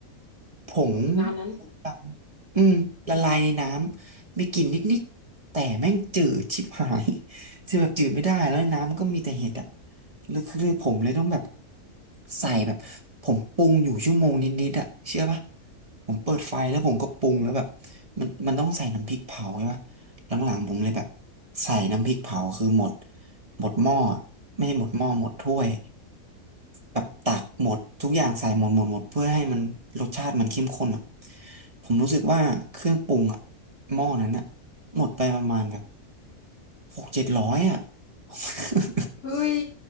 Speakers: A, on the right; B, on the left.
A: ผง
B: ร้านนั้น
A: ดำอืมละลายในน้ำมีกลิ่นนิดนิดแต่แม่งจืดชิบหาย <laughs> คือแบบจืดไม่ได้แล้วน้ำก็มีแต่เห็ดอะ แล้วคือผมเลยต้องแบบใส่แบบผมปรุงอยู่ชั่วโมงนิดๆอะเชื่อปะผมเปิดไฟแล้วผมก็ปรุงแล้วแบบมันมันต้องใส่น้ำพริกเผาใช่ปะหลังๆผมเลยแบบใส่น้ำพริกเผาคือหมดหมดหม้อไม่ใช่หมดหม้อหมดถ้วยแบบตักหมดทุกอย่างใส่หมดหมดหมดเพื่อให้มันรสชาติมันเข้มข้นอ่ะผมรู้สึกว่าเครื่องปรุงอ่ะหม้อนั้นอ่ะหมดไปประมาณแบบหกเจ็ดร้อยอ่ะ <laughs>
B: เฮ้ย